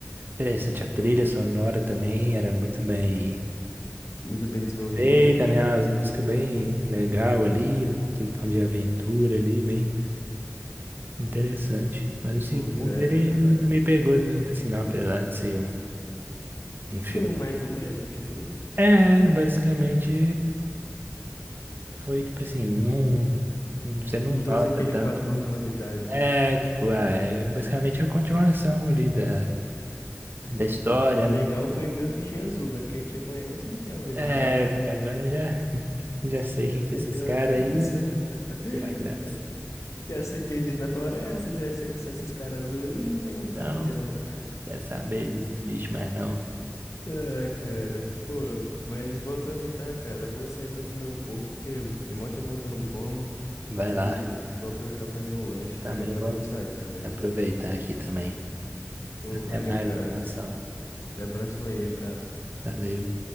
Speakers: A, on the right; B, on the left.
A: interessante. A trilha sonora também era muito bem
B: Muito bem desenvolvida.
A: feita, né? As músicas bem legal ali, aquele tom de aventura ali, bem interessante. Mas o segundo,
B: Pois é,
A: ele não
B: é, é.
A: me pegou tanto assim, não, apesar de ser um, um
B: foi
A: filme.
B: o mais do mesmo, tipo isso?
A: É, basicamente foi tipo assim, não, não- você não
B: Não
A: nota
B: trouxe aquele
A: tanto.
B: fator de novidade,
A: É,
B: né?
A: tipo, ah, é basicamente a continuação ali da, da
B: <laughs>
A: história,
B: O legal
A: né?
B: foi ver os bichinhos azul. Agora que a gente já conhece, não quero ver
A: É,
B: mais não, né? <laughs>
A: agora já, <laughs> já sei
B: Já
A: quem
B: perdeu
A: que é esses caras
B: a graça.
A: aí. Tira a graça.
B: <laughs> Já sei que existe na floresta, já sei que são esses caras azuis. aí, não tem muito
A: Não,
B: mais pra ver não.
A: quer saber desses bichos, mas não.
B: Ai, cara. Pô, mas vou aproveitar, cara. Vou sair pra comer um pouco, porque tem mó tempo que eu não como.
A: Vai
B: Aí
A: lá.
B: vou aproveitar pra fazer um lanche,
A: Também
B: que já já eu
A: vou
B: devo sair também.
A: aproveitar aqui também.
B: Ô,
A: Até
B: valeu,
A: mais,
B: cara.
A: abração.
B: Até a próxima aí, abraço.
A: Valeu.